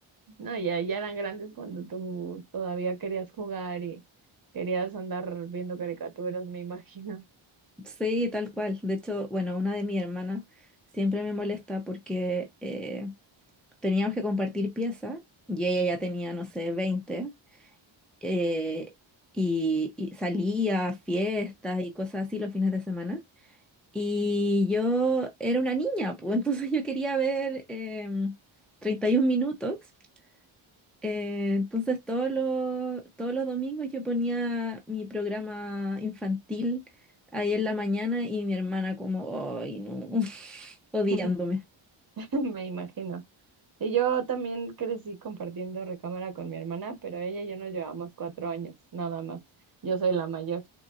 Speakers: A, on the right; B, in the centre.
A: No, ya, ya eran grandes cuando tú todavía querías jugar y querías andar viendo caricaturas, me imagino.
B: Sí, tal cual. De hecho, bueno, una de mis hermanas siempre me molesta porque eh, teníamos que compartir piezas y ella ya tenía, no sé, 20 eh, y, y salía a fiestas y cosas así los fines de semana. Y yo era una niña, pues <laughs> entonces yo quería ver em, 31 minutos. Eh, entonces todos los, todos los domingos yo ponía mi programa infantil ahí en la mañana y mi hermana como, ay, no, <laughs> odiándome.
A: <laughs> Me imagino. Y yo también crecí compartiendo recámara con mi hermana, pero ella y yo nos llevamos cuatro años, nada más. Yo soy la mayor.